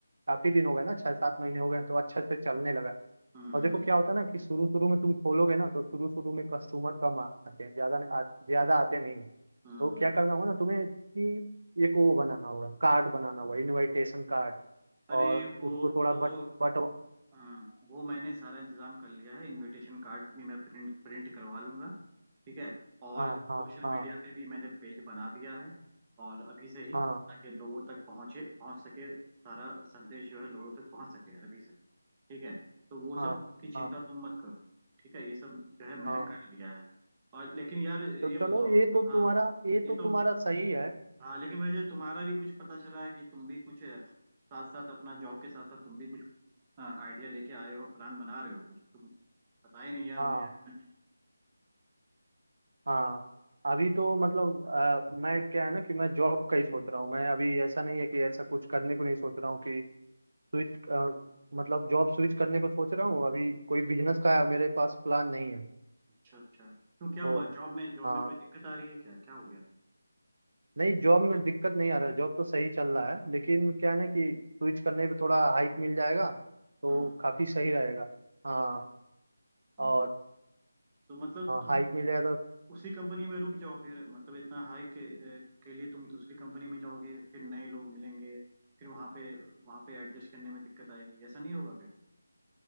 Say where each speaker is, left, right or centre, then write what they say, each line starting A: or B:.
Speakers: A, on the right (about 65°); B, on the right (about 20°).
A: काफी दिन हो गए ना छह सात महीने हो गए हैं, तो अच्छे से चलने लगा है
B: हम्म
A: और
B: हम्म,
A: देखो क्या होता है ना कि शुरू शुरू में तुम खोलोगे ना तो शुरू शुरू में कस्टमर कम आते हैं ज्यादा आ- ज्यादा आते नहीं है
B: हम्म,
A: तो
B: हम्म। हम्म।
A: क्या करना होगा ना तुम्हें कि एक वो बनाना होगा कार्ड बनाना होगा इनविटेशन कार्ड
B: अरे
A: और
B: वो
A: उसको
B: वो
A: थोड़ा बट
B: तो
A: बट
B: हाँ, वो मैंने सारा इंतजाम कर लिया है इनविटेशन कार्ड भी मैं प्रिंट प्रिंट करवा लूंगा ठीक है और
A: हाँ
B: सोशल
A: हाँ हाँ
B: मीडिया पे भी मैंने पेज बना दिया है और अभी से ही
A: हाँ
B: ताकि लोगों तक पहुंचे पहुंच सके सारा संदेश जो है लोगों तक पहुंच सके अभी से ठीक है तो वो सब
A: हाँ
B: की चिंता
A: हाँ
B: तुम मत करो ठीक है ये सब जो है मैंने
A: हाँ
B: कर लिया है और लेकिन यार ये
A: तो चलो
B: बताओ
A: ये तो
B: हाँ
A: तुम्हारा ये
B: ये
A: तो
B: तो
A: तुम्हारा सही है
B: हाँ लेकिन मुझे तुम्हारा भी कुछ पता चला है कि तुम भी कुछ साथ साथ अपना जॉब के साथ साथ तुम भी कुछ आइडिया लेके आए हो प्लान बना रहे हो कुछ तुम पता ही नहीं यार
A: हाँ
B: मुझे अभी तक
A: हाँ अभी तो मतलब अ, मैं क्या है ना कि मैं जॉब का ही सोच रहा हूँ मैं अभी ऐसा नहीं है कि ऐसा कुछ करने को नहीं सोच रहा हूँ कि स्विच अ, मतलब जॉब स्विच करने को सोच रहा हूँ अभी कोई बिजनेस का मेरे पास प्लान नहीं है
B: अच्छा अच्छा क्यों क्या
A: तो
B: हुआ जॉब में जॉब
A: अ,
B: में कोई दिक्कत आ रही है क्या क्या हो गया
A: नहीं जॉब में दिक्कत नहीं आ रहा जॉब तो सही चल रहा है लेकिन क्या है ना कि स्विच करने पे थोड़ा हाइक मिल जाएगा तो
B: हम्म
A: काफी सही रहेगा हाँ और
B: ओ, तो मतलब तुम
A: हाइक मिल जाएगा तो
B: उसी कंपनी में रुक जाओ फिर मतलब इतना हाई के, के लिए तुम दूसरी कंपनी में जाओगे फिर नए लोग मिलेंगे फिर वहाँ पे वहाँ पे एडजस्ट करने में दिक्कत आएगी ऐसा नहीं होगा फिर